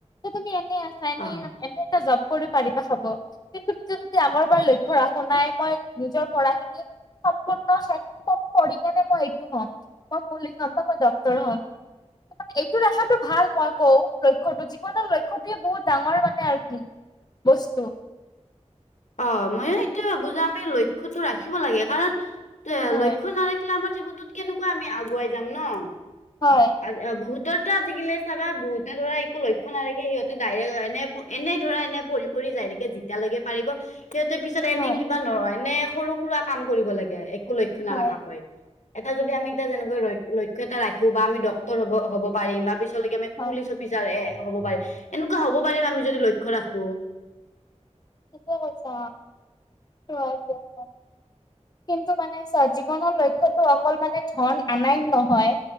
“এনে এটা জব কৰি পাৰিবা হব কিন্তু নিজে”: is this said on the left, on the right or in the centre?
Left